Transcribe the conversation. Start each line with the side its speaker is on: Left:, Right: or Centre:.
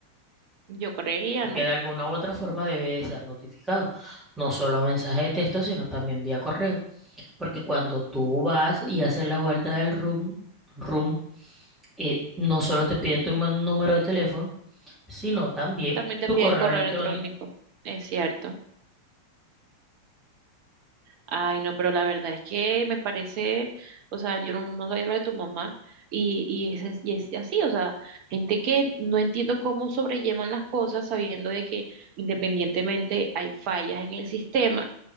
Right: Yo creería,
Centre: porque
Right: ¿no?
Centre: de alguna u otra forma debe de ser notificado, no solo mensaje de texto, sino también vía correo, porque cuando tú vas y haces la vuelta del room, room, eh, no solo te piden tu nú- número de teléfono, sino también
Right: También te
Centre: tu
Right: piden
Centre: correo
Right: correo
Centre: electrónico.
Right: electrónico, es cierto. Ay, no, pero la verdad es que me parece, o sea, yo no, no sabía lo de tu mamá y, y, es, as- y es así, o sea, gente que no entiendo cómo sobrellevan las cosas sabiendo de que independientemente hay fallas en el sistema